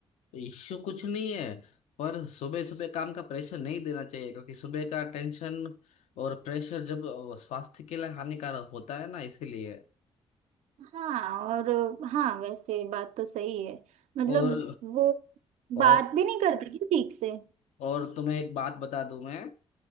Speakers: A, on the left; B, on the right.
A: इश्यू कुछ नहीं है पर सुबह सुबह काम का प्रेशर नहीं देना चाहिए क्योंकि सुबह का टेंशन और प्रेशर जब अ, स्वास्थ्य के लिए हानिकारक होता है ना इसीलिए
B: हाँ और हाँ वैसे बात तो सही है मतलब
A: और
B: वो
A: और
B: बात भी नहीं करती क्या ठीक से
A: और तुम्हें एक बात बता दूं मैं